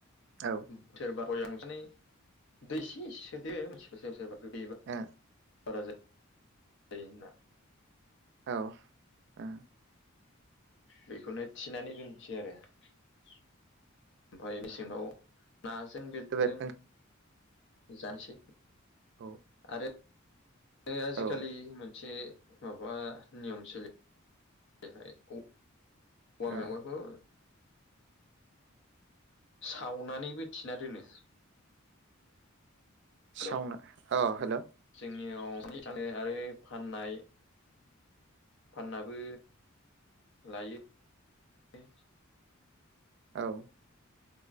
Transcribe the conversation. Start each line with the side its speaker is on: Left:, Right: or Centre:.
Right: औ
Left: सोरबा भयामाव सोनानै दै एसे एसे सोदो <unintelligible>
Right: ओ
Left: बारा जायो होनना
Right: औ ओ
Left: बेखौनो थिनानै दोनसै आरो ओमफ्राय मेसेंयाव नाजों बिरदों
Right: जोबोद
Left: जानिसै
Right: औ
Left: आरो आरो आजिखालि
Right: औ
Left: मोनसे माबा नियम सोलि <unintelligible> औवा
Right: औ
Left: मेवाइखौ सावनानैबो थिना दोनो हेल
Right: सावना औ हेल'
Left: जोंनियाव <unintelligible> आरो फाननाय फाननाबो लायो <unintelligible>
Right: औ